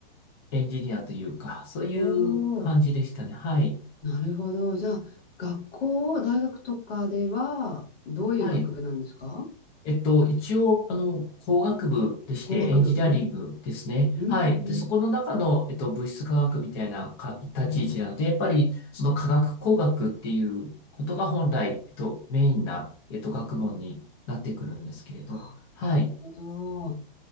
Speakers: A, on the left (about 25°); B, on the left (about 70°).
A: エンジニアというか、そういう感じでしたね。
B: おー。
A: はい。
B: なるほど。じゃあ、学校、大学とかでは、どういう学部なんですか
A: はい。えっと、一応、あの、工学部でして、
B: 工学部。
A: エンジニアリングですね。
B: うん。うん、うん、
A: はい。で、そこの中の、えっと、物質科学みたいなか立ち位置なので、
B: うん。おー
A: やっぱり、その科学工学っていうことが本来、えっと、メインな、えっと、学問になってくるんですけれど。
B: あ、
A: はい。
B: なるほど。